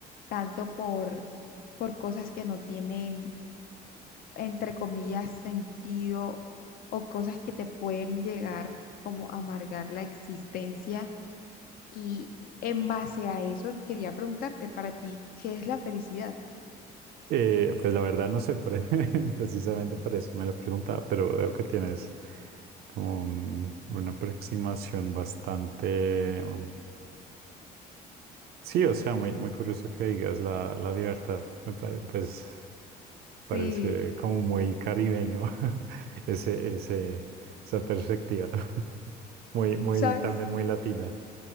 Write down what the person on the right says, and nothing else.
Eh, pues la verdad no sé, por- <laughs> precisamente por eso me lo preguntaba, pero veo que tienes como un- una aproximación bastante... um, Sí, o sea, muy, muy curioso que digas la, la libertad, me parece, pues
Parece como muy caribeño <laughs> ese, ese, esa perspectiva. <laughs> Muy, muy,
también muy latina.